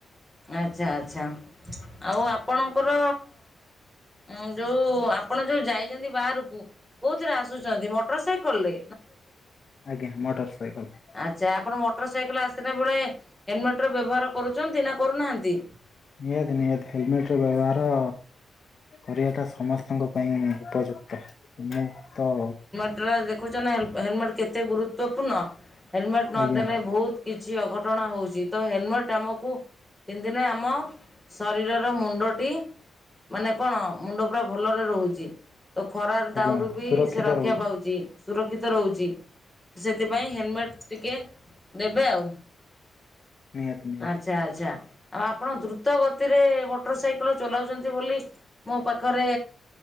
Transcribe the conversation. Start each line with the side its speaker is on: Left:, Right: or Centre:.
Centre: ଆଚ୍ଛା ଆଚ୍ଛା ଆଉ ଆପଣ ଙ୍କର ଅଁ ଯୋଉ ଆପଣ ଯୋଉ ଯାଇଛନ୍ତି ବାହାରକୁ କୋଉଥିରେ ଆସୁଚନ୍ତି ମୋଟର ସାଇକଲରେ?
Left: ଆଜ୍ଞା ମୋଟର ସାଇକେ୍ଲ।
Centre: ଆଚ୍ଛା ଆପଣ ମୋଟର ସାଇକଲ ଆସିଲା ବେଳେ ହେଲମେଟର ବ୍ୟବହାର କରୁଛନ୍ତି ନା କରୁନାହାନ୍ତି?
Left: ନିହାତି ନିହାତି ହେଲମେଟ୍ ର ବ୍ୟବହାର କରିବାଟା ସମସ୍ତଙ୍କ ପାଇଁ ଉପଯୁକ୍ତ ମୁଁ ତ
Centre: ତ ଦେଖୁଚ ନା ହେଲ୍ ହେଲମେଟ୍ କେତେ ଗୁରୁତ୍ୱପୂର୍ଣ୍ଣ ହେଲମେଟ୍ ନ
Left: ଆଜ୍ଞା
Centre: ଦେନେ ବହୁ କିଛି ଅଘଟଣା ହଉଛି ତ ହେଲମେଟ ଆମକୁ ପିନ୍ଧିଲେ ଆମ ଶରୀରର ମୁଣ୍ଡଟି ମାନେ କଣ ମୁଣ୍ଡ ପୁରା ଭଲରେ ରହୁଛି ତ ଖରା ତାଉରୁ
Left: ଆଜ୍ଞା
Centre: ବି
Left: ସୁରକ୍ଷିତ
Centre: ସେ ରକ୍ଷା
Left: ରହୁଛି
Centre: ପାଉଛି। ସୁରକ୍ଷିତ ରହୁଛି ସେଥିପାଇଁ ହେଲମେଟ ଟିକେ ନେବେ ଆଉ।
Left: ନିହାତି ନିହାତି।
Centre: ଆଛା ଆଚ୍ଛା ଆଉ ଆପଣ ଦ୍ରୁତ ଗତିରେ ମୋଟର ସାଇକେଲ ଚଲାଉଛନ୍ତି ବୋଲି ମୋ ପାଖରେ